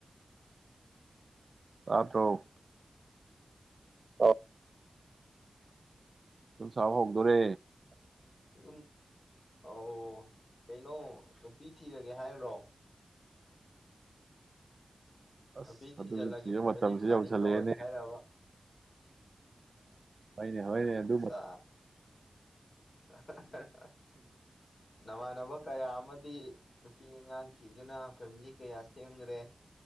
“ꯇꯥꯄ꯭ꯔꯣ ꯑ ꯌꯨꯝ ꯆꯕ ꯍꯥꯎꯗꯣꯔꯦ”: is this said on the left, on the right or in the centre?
Right